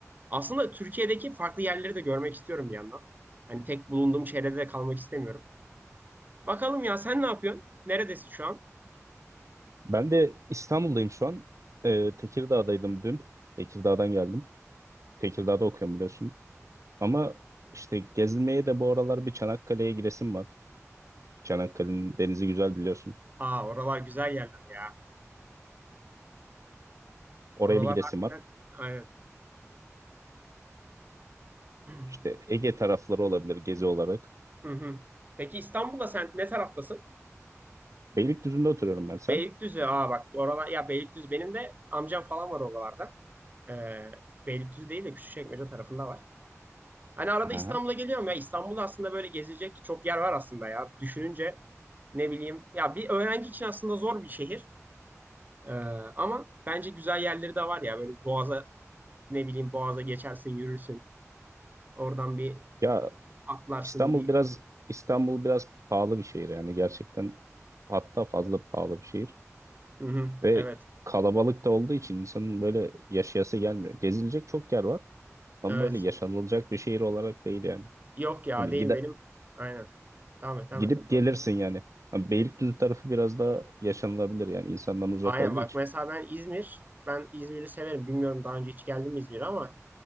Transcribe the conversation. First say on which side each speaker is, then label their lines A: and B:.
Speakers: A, on the right; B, on the right.
A: Aslında Türkiye'deki farklı yerleri de görmek istiyorum bir yandan. Hani tek bulunduğum çevrede de kalmak istemiyorum. Bakalım ya sen ne yapıyorsun? Neredesin şu an?
B: Ben de İstanbul'dayım şu an. E, Tekirdağ'daydım dün. Tekirdağ'dan geldim. Tekirdağ'da okuyorum biliyorsun. Ama işte gezilmeye de bu aralar bir Çanakkale'ye gidesim var. Çanakkale'nin denizi güzel biliyorsun.
A: Aa oralar güzel yerler ya.
B: Oraya
A: Oralar
B: bir gidesim
A: harbiden
B: var.
A: aynen. <clears throat>
B: İşte Ege tarafları olabilir gezi olarak.
A: Hı hı. Peki İstanbul'da sen ne taraftasın?
B: Beylikdüzü'nde oturuyorum ben sen.
A: Beylikdüzü. Aa bak oralar ya Beylikdüzü benim de amcam falan var oralarda. Ee, Beylikdüzü değil de Küçükçekmece tarafında var. Hani arada
B: Aha.
A: İstanbul'a geliyorum ya. İstanbul'da aslında böyle gezilecek çok yer var aslında ya. Düşününce ne bileyim ya bir öğrenci için aslında zor bir şehir. Ee, ama bence güzel yerleri de var ya. Böyle Boğaz'a ne bileyim Boğaz'a geçersin yürürsün. Oradan bir
B: Ya
A: atlarsın
B: İstanbul
A: bir.
B: biraz İstanbul biraz pahalı bir şehir yani gerçekten hatta fazla pahalı bir şehir
A: Hı hı.
B: ve
A: Evet.
B: kalabalık da olduğu için insanın böyle yaşayası gelmiyor. Gezilecek çok yer var. Ama
A: Evet.
B: böyle yaşanılacak bir şehir olarak değil yani.
A: Yok ya
B: Hani
A: değil
B: gide,
A: benim. Aynen. Tamam et tamam
B: gidip
A: et. Doğru.
B: gelirsin yani. Hani Beylikdüzü tarafı biraz daha yaşanılabilir yani insandan uzak
A: Aynen
B: olduğu
A: bak
B: için.
A: mesela ben İzmir. Ben İzmir'i severim. Bilmiyorum daha önce hiç geldim mi İzmir'e ama